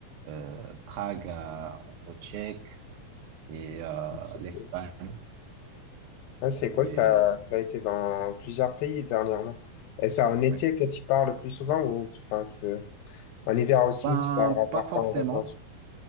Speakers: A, on the right; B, on the left.
A: euh, Prague euh, au Tchèque et euh,
B: Ah, c'est
A: l'Espagne.
B: cool. Ah,
A: Voilà,
B: c'est cool,
A: c'est,
B: T'as
A: euh,
B: as, été dans plusieurs pays dernièrement. Et c'est en été
A: ouais.
B: que tu pars le plus souvent ou enfin, c'est- en hiver aussi,
A: Ben,
B: tu pars
A: pas
B: parfois
A: forcément,
B: en vacances?